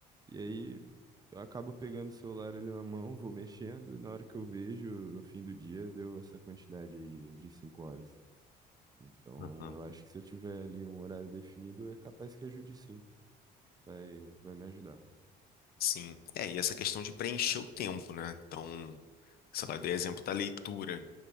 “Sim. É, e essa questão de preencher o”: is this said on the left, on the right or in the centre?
Left